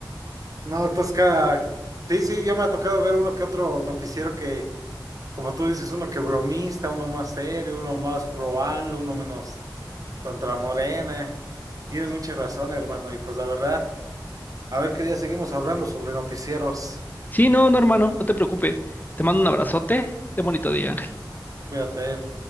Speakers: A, on the right; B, on the left.
A: No, Tosca. Sí, sí, ya me ha tocado ver uno que otro noticiero que, como tú dices, uno que bromista, uno más serio, uno más pro AMLO, uno menos contra Morena. Tienes mucha razón, hermano. Y pues la verdad, a ver qué día seguimos hablando sobre noticieros.
B: Sí, no, no, hermano, no te preocupes. Te mando un abrazote. Ten bonito día.
A: Cuídate.